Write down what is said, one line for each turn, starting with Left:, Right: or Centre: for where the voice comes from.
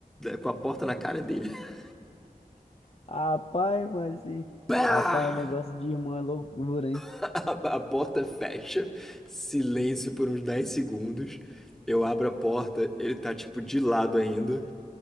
Centre: com a porta na cara dele. <laughs>
Left: Rapaz, mas esse-
Centre: Pá!
Left: rapaz, negócio de irmão é loucura, hein?
Centre: <laughs> A, a porta fecha, silêncio por uns 10 segundos. Eu abro a porta, ele tá tipo de lado ainda,